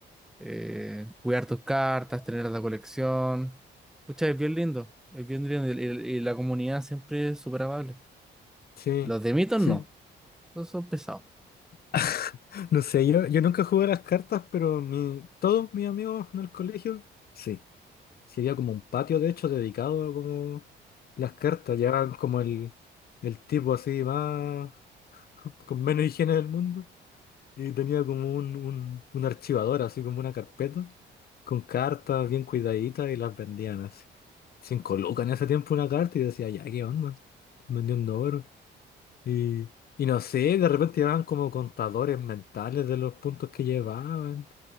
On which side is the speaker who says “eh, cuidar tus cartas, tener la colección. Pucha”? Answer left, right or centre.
Centre